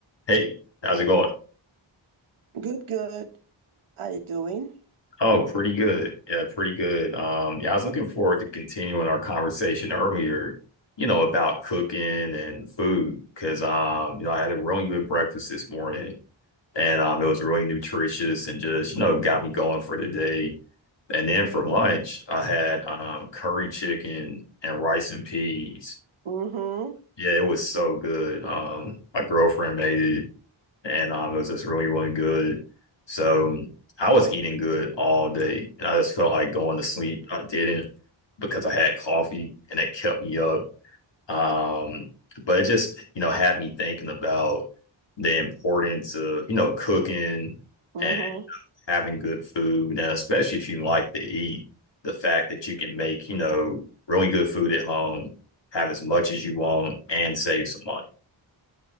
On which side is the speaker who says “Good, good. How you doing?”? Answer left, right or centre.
Right